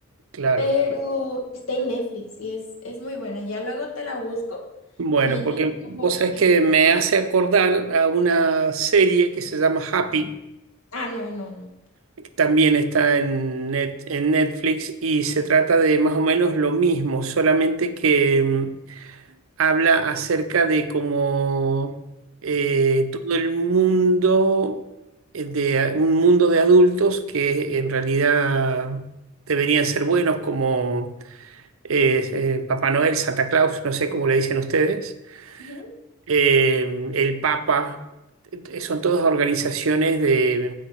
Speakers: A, on the right; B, on the left.
A: Claro.
B: pero está en Netflix y es, es muy buena. Ya luego te la busco
A: Bueno,
B: y
A: porque
B: te digo
A: vos
B: cómo
A: sabés
B: se
A: que
B: llama.
A: me hace acordar a una serie que se llama Happy,
B: Ah, no, no, no.
A: que también está en, net- en Netflix y se trata de más o menos lo mismo, solamente que mm, habla acerca de cómo eh, todo el mundo, eh, de a- un mundo de adultos que en realidad deberían ser buenos, como eh, eh, Papá Noel, Santa Claus, no sé cómo le dicen ustedes
B: Ujú,
A: eh, el Papa, eh, son todas organizaciones de